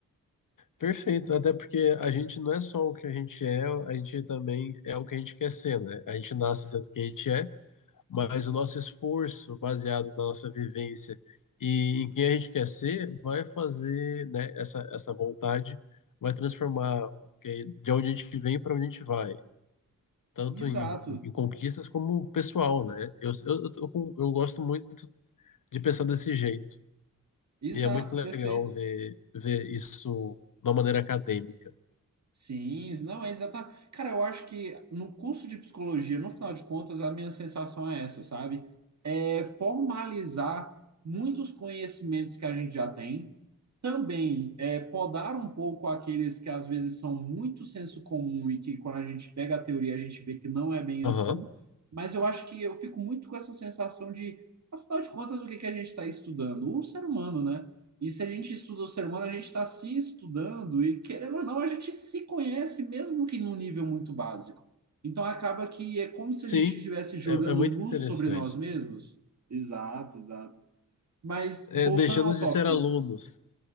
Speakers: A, on the left; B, on the right.
A: Perfeito, até porque a gente não é só o que a gente é, a gente também é o que a gente quer ser, né? A gente nasce sendo o que a gente é Mas o nosso esforço, baseado na nossa vivência e em quem a gente quer ser, vai fazer, né, essa, essa vontade vai transformar o que- de onde a gente vem para onde a gente vai, tanto
B: Exato,
A: em, em conquistas como pessoal, né? Eu, eu, eu, tô com- eu gosto muito de pensar desse jeito.
B: exato,
A: E é muito legal
B: perfeito.
A: ver, ver isso de uma maneira acadêmica.
B: Sim, não é exatamente. Cara, eu acho que no curso de psicologia, no final de contas, a minha sensação é essa, sabe? É formalizar muitos conhecimentos que a gente já tem Também é, podar um pouco aqueles que às vezes são muito senso comum e que quando a gente pega a teoria a gente vê que não é bem
A: Aham.
B: assim, mas eu acho que eu fico muito com essa sensação de, afinal de contas, o que que a gente está estudando? O ser humano, né? E se a gente estuda o ser humano, a gente está se estudando e, querendo ou não, a gente se conhece, mesmo que num nível muito básico. Então acaba que é como se
A: Sim,
B: a gente estivesse jogando
A: é, é muito
B: luz
A: interessante.
B: sobre nós mesmos. Exato, exato. Mas
A: É,
B: voltando
A: deixando
B: ao
A: de
B: tópico,
A: ser alunos.